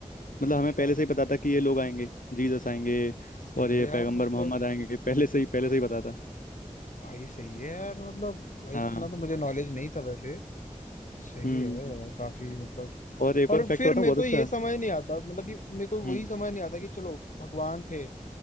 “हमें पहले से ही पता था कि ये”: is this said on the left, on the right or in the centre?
Left